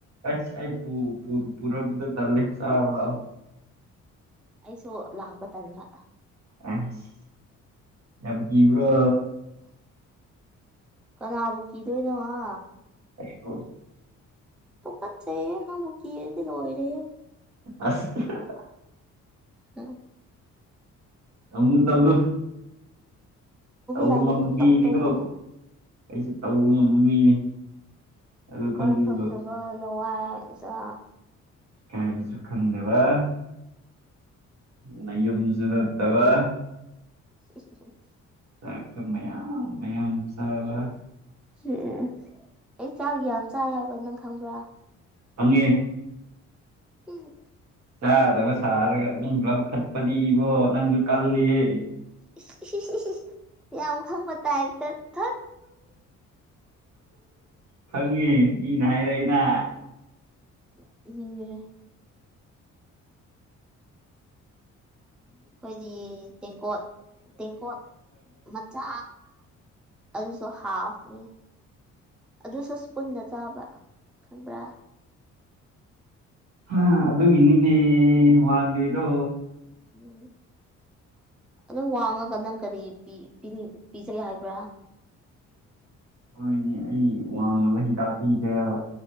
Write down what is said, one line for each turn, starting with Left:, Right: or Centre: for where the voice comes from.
Right: ꯑꯁ ꯑꯩ ꯄꯨ ꯄꯨ ꯄꯨꯔꯛꯄꯗꯣ ꯇꯜꯂꯦ ꯆꯥꯔꯨ ꯂꯥꯛꯑꯣ
Centre: ꯑꯩꯁꯨ ꯂꯥꯛꯄ ꯇꯟꯕ
Right: ꯑꯁ ꯌꯥꯝ ꯀꯤꯕ꯭ꯔꯣ
Centre: <inaudible> ꯀꯅꯥꯕꯨ ꯀꯤꯗꯣꯏꯅꯣ ꯍꯥ
Right: ꯑꯩꯕꯨ
Centre: ꯇꯨꯀꯠꯆꯩꯍꯦ ꯅꯪꯕꯨ ꯀꯤꯔꯗꯤ ꯂꯣꯏꯔꯦꯍꯦ
Right: ꯑꯁ ꯍꯥ ꯍꯥ
Centre: ꯑ
Right: ꯇꯧꯅꯨ ꯇꯧꯅꯨ ꯇꯧꯕ
Centre: ꯌꯥꯏꯅ
Right: ꯉꯝꯕ
Centre: ꯄꯪꯇꯧ
Right: ꯃꯤꯅꯤꯀꯣ
Centre: ꯇꯧꯒꯅꯨ
Right: ꯑꯩꯁꯨ ꯇꯧꯕ ꯉꯝꯕ ꯃꯤꯅꯤ ꯑꯗꯨ
Centre: ꯏꯀꯥꯏ
Right: ꯈꯪꯕꯤꯕ꯭ꯔꯣ
Centre: ꯈꯪꯗꯕ ꯂꯋꯥꯏ ꯃꯆꯥ
Right: ꯏꯀꯥꯏꯕꯁꯨ ꯈꯪꯗꯕꯥ ꯅꯌꯨꯝꯁꯨ ꯅꯠꯇꯕ
Centre: ꯎꯝ ꯎꯝ
Right: ꯆꯥꯛꯁꯨ ꯃꯌꯥꯝ ꯃꯌꯥꯝ ꯆꯥꯕ
Centre: ꯎꯝꯎꯝ ꯑꯩ ꯆꯥꯛ ꯌꯥꯝ ꯆꯥꯏ ꯍꯥꯏꯕ ꯅꯪ ꯈꯪꯕ꯭ꯔꯥ
Right: ꯈꯪꯉꯦ
Centre: <unintelligible>
Right: ꯆꯥꯗꯕ ꯁꯥꯔꯒ ꯃꯤ ꯂꯧꯈꯠꯄꯗꯤ ꯏꯕꯣ ꯅꯪꯁꯨ ꯀꯜꯂꯤꯍꯦ
Centre: ꯏꯁꯤꯁ ꯁꯤꯁ ꯁꯤꯁ ꯌꯥꯝ ꯈꯪꯕ ꯇꯥꯏꯞꯇ ꯊꯠ
Right: ꯈꯣꯉꯦ ꯃꯤꯅ ꯍꯥꯏꯔꯛꯏꯅ
Centre: ꯅꯣꯛꯅꯤꯡꯉꯦ ꯑꯩꯈꯣꯏꯗꯤ ꯇꯦꯡꯀꯣꯠ ꯇꯦꯡꯀꯣꯠ ꯃꯆꯥ ꯑꯗꯨꯁꯨ ꯍꯥꯐꯅꯤ ꯑꯗꯨꯁꯨ ꯁ꯭ꯄꯨꯟꯅ ꯆꯥꯕ ꯈꯪꯕ꯭ꯔꯥ
Right: ꯍꯥ ꯑꯗꯨꯒꯤꯅꯤꯅꯦ ꯋꯥꯡꯗ꯭ꯔꯤꯗꯣ
Centre: ꯎꯝ ꯑꯗꯨ ꯋꯥꯡꯉꯒ ꯅꯪ ꯀꯔꯤ ꯄꯤ ꯄꯤꯅꯤꯡ ꯄꯤꯖꯒꯦ ꯍꯥꯏꯕ꯭ꯔꯥ
Right: ꯍꯣꯏꯅꯦ ꯑꯩ ꯋꯥꯡꯅꯕ ꯍꯤꯗꯥꯛ ꯄꯤꯒꯦ ꯍꯥꯏꯕ